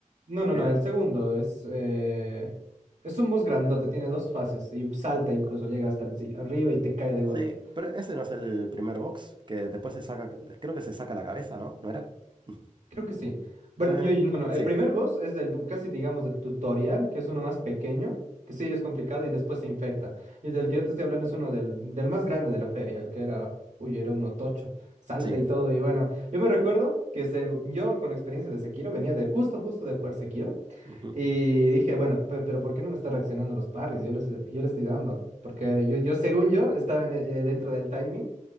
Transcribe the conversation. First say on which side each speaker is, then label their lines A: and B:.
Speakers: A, on the right; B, on the right.
A: No, no,
B: Eh,
A: no, el segundo es, eh, es un boss grandote, tiene dos fases y salta incluso, llega hasta el, sí, arriba y te cae de golpe.
B: sí, pero ese no es el primer box que después se saca, creo que se saca la cabeza, ¿no? ¿No era? <laughs>
A: Creo que sí. Bueno,
B: Eh,
A: yo, yo- no, no.
B: sí,
A: El primer boss es del, casi digamos del tutorial, que es uno más pequeño, que sí es complicado y después se infecta. Y del que yo te estoy hablando es uno del, del más grande de la feria, el que era, uy, era uno tocho, salta
B: sí.
A: y todo. Y bueno, yo me recuerdo que se, yo con la experiencia de Sekiro venía de justo, justo de jugar Sekiro.
B: Ujú.
A: Y dije, bueno, pe- pero, ¿por qué no me está reaccionando los parries? Yo le estoy, yo le estoy dando. Porque yo, yo, según yo, estaba en, eh, dentro del timing.